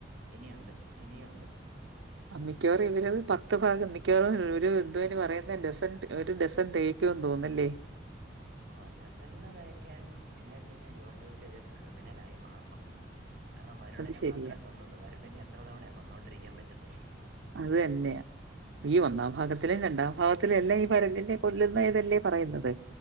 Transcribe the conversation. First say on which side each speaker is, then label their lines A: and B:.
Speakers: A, on the right (about 45°); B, on the right (about 75°).
A: ഇനിയുണ്ട് ഇനിയുണ്ട്
B: ഉം മ്മിക്കവാറും ഇവരത് പത്ത് ഭാഗം മിക്കവാറും ഒര് തെന്നെ പറയുന്നെ ഡസൻ ഒരു ഡസൻ തെയ് ക്കും തോന്നല്ലേ
A: ഓഹ് ഡസൺന്ന് തയ്ക്കാൻ ഇല്ലെ പിന്നെ ജോർജൂട്ടിയൊരു ക്രിമിനലായി മാറണം. കാരണം വരുണിനെ
B: അത് ശരിയാ.
A: മാത്രേ കൊന്നൊള്ളൂ വരുണിനെ എത്ര തവണെ കൊന്നോണ്ടിരിക്കാൻ പറ്റുന്നെ.
B: അതെന്നെ ഈ ഒന്നാം ഭാഗത്തിലും രണ്ടാം ഭാഗത്തിലും എല്ലാം ഈ വരുണിനെ കൊല്ലുന്ന യ്തല്ലേ പറയുന്നത്.